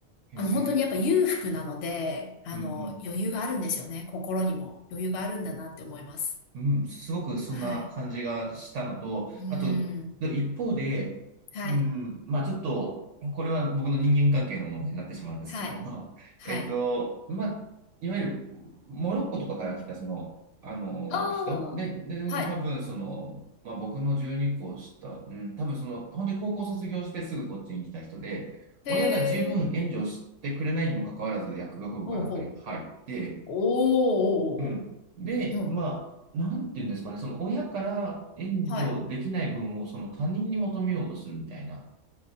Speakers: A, on the right (about 70°); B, on the left (about 60°).
A: へえ。
B: あの、本当にやっぱ裕福なので、あの、
A: うんうん。
B: 余裕があるんですよね、心にも余裕があるんだなって思います。
A: うん、すごくそんな感じがしたのと、
B: はい。うー
A: あと、
B: ん。
A: で一方で、
B: はい。
A: うん、まあちょっと、これは僕の人間関係の問題になってしまうんですけど、
B: はい。
A: <laughs>
B: はい。
A: えっと、まあ、いわゆるモロッコとかから来たその、あの、
B: ああ、
A: 人で、で、
B: は
A: 多分その、まあ僕の12個下、うん、多分その、本当に高校卒業してすぐこっちに来た人で、
B: い。
A: 親が十分援助してくれないにもかかわらず薬学部かなんかに入って、
B: へえ、ほうほう。おーおーお
A: うん。で、
B: ーおー、うん。
A: まあ、なんていうんですかね、その親から援助できない分をその他人に求めようとするみたいな
B: はい。